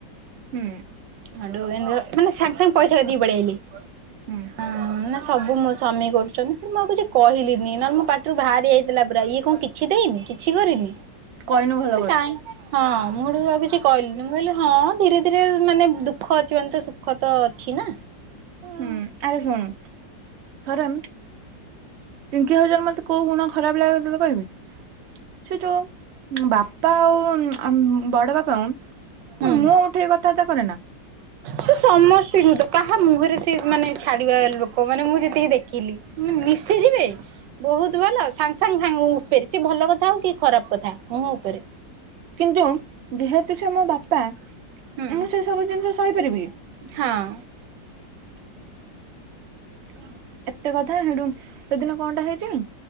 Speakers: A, on the right; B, on the right.
A: ହୁଁ।
B: ମାଣ୍ଡୁଅ ବ ମାନେ ସାଙ୍ଗେ ସାଙ୍ଗେ ପଇସା କତିକି ପଳେଇ ଆଇଲେ।
A: ହୁଁ
B: ହଁ ନା ସବୁ ମୋ ସ୍ୱାମୀ କରୁଛନ୍ତି ମୁଁ ଆଉ କିଛି କହିଲିନି ନହେଲେ ମୋ ପାଟିରୁ ବାହାରି ଯଇଥିଲା ବେ ଇଏ କଣ କିଛି ଦେଇନି କିଛି କରିନି?
A: କହିନୁ ଭଲ କରିଛୁ।
B: କାଇଁ ହଁ ମୁଁ ସେଇଠୁ ଆଉ କିଛି କହିଲିନି ମୁଁ କହିଲି ହଁ ଧୀରେ ଧୀରେ ମାନେ ଦୁଃଖ ଅଛି ମାନେ ତ ସୁଖ ତ ଅଛି ନା ଅ
A: ହୁଁ ଆରେ ଶୁଣୁ ଥରେ ପିଙ୍କି ହଜବେଣ୍ଡ ମତେ କୋଉ ଗୁଣ ଖରାପ ଲାଗେ ତତେ କହିବି। ସେ ଯୋଉ ବାପା ଆଉ ଉଁ ବଡ ବାପାଙ୍କୁ
B: ହୁଁ
A: ମୁହଁ ଉଠେଇ କଥାବାର୍ତ୍ତା କରେନା
B: ସେ ସମସ୍ତିଙ୍କୁ ତ କାହା ମୁହଁରେ ସେ ମାନେ ଛାଡିବା ଲୋକ ମାନେ ମୁଁ ଯେତିକି ଦେଖିଲି ଉଁ ମିଶିଯିବେ ବହୁତ ଭଲ ସାଙ୍ଗେ ସାଙ୍ଗେ ସାଙ୍ଗ ମୁଁ ବେଶି ଭଲ କଥା ହଉ କି ଖରାପ କଥା ମୁହଁ ଉପରେ।
A: କିନ୍ତୁ ଯେହେତୁ ସେ ମୋ ବାପା
B: ହୁଁ
A: ମୁଁ ସେ ସବୁ ଜିନିଷ ସହିପାରିବି?
B: ହଁ।
A: <unintelligible> ଏତେ କଥା ସେଇଠୁ ସେଦିନ କଣଟା ହେଇଛି